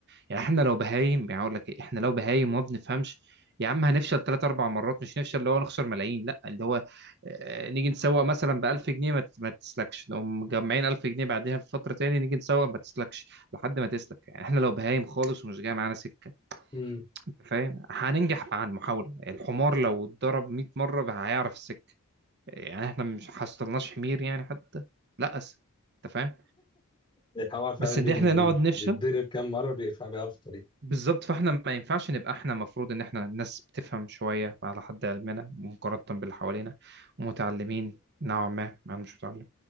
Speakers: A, on the right (about 50°); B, on the left (about 20°).
A: يعني احنا لو بهايم يعني اقول لك إيه، احنا لو بهايم وما بنفهمش يا عم هنفشل ثلاث اربع مرات مش نفشل اللي هو نخسر ملايين لا اللي هو آه، نيجي نسوق مثلا ب 1000 جنيه ما ت- ما تسلكش نقوم مجمعين 1000 جنيه بعدها بفتره تاني نيجي نسوق ما تسلكش لحد ما تسلك يعني احنا لو بهايم خالص ومش جاي معانا سكه
B: امم
A: انت فاهم هننجح مع المحاوله الحمار لو اتضرب 100 مره هيعرف السكه يعني احنا مش حصلناش حمير يعني حتى لا أس انت فاهم
B: الحوار فعلا
A: بس
B: بي-
A: ان احنا
B: بي-
A: نقعد نفشل
B: بيتضرب كام مره بيقفل بيعرف الطريق
A: بالظبط فاحنا ما ينفعش نبقى احنا المفروض ان احنا ناس بتفهم شويه على حد علمنا مقارنه باللي حوالينا ومتعلمين نوعا ما انا مش متعلم